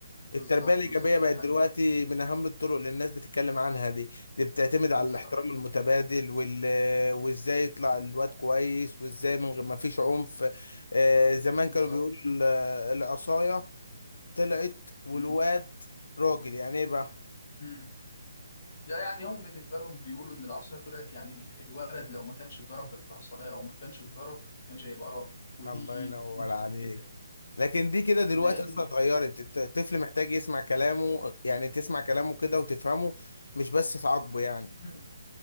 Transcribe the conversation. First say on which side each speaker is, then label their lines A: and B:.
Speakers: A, on the left; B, on the left.
A: التربية
B: بالظبط
A: الإيجابية
B: بالظبط
A: بقت
B: دي حقيقة
A: دلوقتي من أهم الطرق اللي الناس بتتكلم عنها دي دي بتعتمد على
B: بالظبط
A: الاحترام المتبادل وال... وإزاي يطلع الواد كويس وإزاي من غير ما فيش عنف آه زمان
B: بالظبط
A: كانوا بيقولوا ال- العصاية طلعت والواد
B: مم.
A: راجل يعني إيه بقى
B: مم. لا يعني هم بالنسبة لهم بيقولوا إن العصاية طلعت يعني ال- الولد لو ما كانش اتضرب بالعصاية أو ما كانش اتضرب ما كانش هيبقى راجل ودي
A: الله ينور
B: مفهوم خاطئ
A: عليك
B: جدا
A: لكن دي كده دلوقتي
B: لأن
A: أصلا اتغيرت الت- الطفل محتاج يسمع كلامه يعني تسمع كلامه كده وتفهمه مش بس تعاقبه يعني
B: مم.